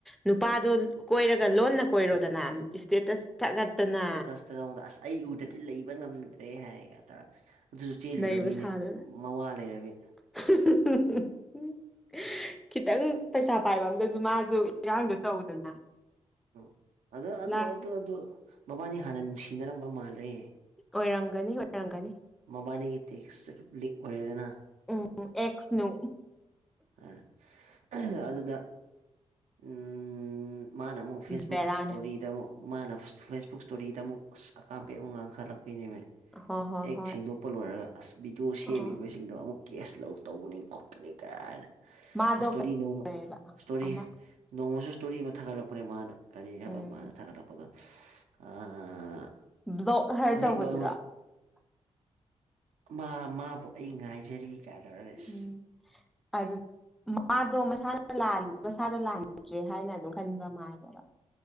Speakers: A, in the centre; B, on the right.
A: ꯅꯨꯄꯥꯗꯣ ꯀꯣꯏꯔꯒ ꯂꯣꯟꯅ ꯀꯣꯏꯔꯣꯗꯅ ꯏꯁꯇꯦꯇꯁ ꯒꯠꯇꯅ
B: ꯇꯦꯇꯁꯇ ꯅꯉꯣꯟꯗ ꯑꯁ ꯑꯩ ꯎꯗ꯭ꯔꯗꯤ ꯂꯩꯕ ꯉꯝꯗ꯭ꯔꯦ ꯍꯥꯏꯒ ꯇꯧꯔ ꯑꯗꯨꯁꯨ ꯆꯦꯜꯂꯨꯔꯕꯤꯅꯦ
A: ꯅꯩꯕ ꯁꯥꯗꯅ
B: ꯃꯋꯥ ꯂꯩꯔꯕꯤ
A: <unintelligible> <unintelligible> ꯈꯤꯇꯪ ꯄꯩꯁꯥ ꯄꯥꯏꯕ ꯑꯝꯗꯖꯨ ꯃꯥꯖꯨ ꯏꯔꯥꯡꯗꯣ ꯇꯧꯗꯅ
B: ꯎ ꯑꯗꯣ ꯑꯗꯨ
A: ꯂꯥ
B: ꯑꯗꯨ ꯑꯗꯨ ꯃꯕꯥꯅꯤ ꯍꯥꯟꯅ ꯅꯨꯡꯁꯤꯅꯔꯝꯕ ꯃꯥꯜꯂꯦ
A: ꯑꯣꯏꯔꯝꯒꯅꯤ ꯑꯣꯏꯔꯝꯒꯅꯤ
B: ꯃꯕꯥꯅꯤꯒꯤ ꯇꯦꯛꯁ ꯂꯤꯛ ꯑꯣꯏꯔꯦꯗꯅ
A: ꯎꯝ ꯎꯝ ꯑꯦꯛꯁ ꯅꯨ
B: ꯑ ꯑ꯭ꯍꯥ ꯑꯗꯨꯗ ꯎꯝ ꯃꯥꯅ ꯃꯨꯛ ꯐꯦꯁꯕꯨꯛ
A: ꯕꯦꯔꯥꯅꯦ
B: ꯁ꯭ꯇꯣꯔꯤꯗ ꯑꯃꯨꯛ ꯃꯥꯅ ꯐꯦꯁꯕꯨꯛ ꯁ꯭ꯇꯣꯔꯤꯗ ꯑꯃꯨꯛ ꯑꯁ ꯑꯀꯥꯝꯄꯦꯠ ꯃꯨꯛ ꯉꯥꯡꯈꯠꯂꯛꯄꯤꯅꯦꯃꯦ
A: ꯍꯣꯏ ꯍꯣꯏ
B: ꯍꯦꯛ
A: ꯍꯣꯏ
B: ꯁꯦꯡꯗꯣꯛ ꯄ ꯂꯣꯏꯔꯒ ꯑꯁ ꯚꯤꯗꯤꯑꯣ ꯁꯦꯝꯃꯤꯕꯁꯤꯡꯗꯣ
A: ꯑꯣ
B: ꯑꯃꯨꯛ ꯀꯦꯁ ꯂꯧ ꯇꯧꯒꯅꯤ ꯈꯣꯠꯀꯅꯤ ꯀꯥꯏꯅ
A: ꯃꯥꯗꯣ
B: ꯑꯁ꯭ꯇꯣꯔꯤ
A: ꯀꯩ
B: ꯅꯣꯡꯃ ꯁ꯭ꯇꯣꯔꯤ
A: ꯑꯃ
B: ꯅꯣꯡꯃꯁꯨ ꯁ꯭ꯇꯣꯔꯤ ꯑꯃ ꯊꯥꯒꯠꯂꯛꯄꯅꯦ ꯃꯥꯅ ꯀꯔꯤ ꯍꯥꯏꯕ
A: ꯎꯝ
B: ꯃꯥꯅ ꯊꯥꯒꯠꯂꯛꯄꯗꯣ <unintelligible> ꯑꯥ
A: ꯕ꯭ꯂꯣꯛ ꯍꯥꯏꯔ
B: ꯑꯗꯨ
A: ꯇꯧꯕꯗꯨꯔꯣ
B: ꯍꯦꯛ ꯂꯣꯏꯕꯒ ꯃꯥ -ꯃꯥꯕꯨ ꯑꯩ ꯉꯥꯏꯖꯔꯤ ꯒꯥꯏ ꯇꯧꯔꯒ ꯏꯁ
A: ꯎꯝ ꯑꯗꯨ ꯃꯥꯗꯣ ꯃꯁꯥꯅ ꯂꯥꯟ ꯃꯁꯥꯗ ꯂꯥꯟꯗ꯭ꯔꯦ ꯍꯥꯏꯅ ꯑꯗꯨꯝ ꯈꯟꯕ ꯃꯥꯜꯂꯦꯕ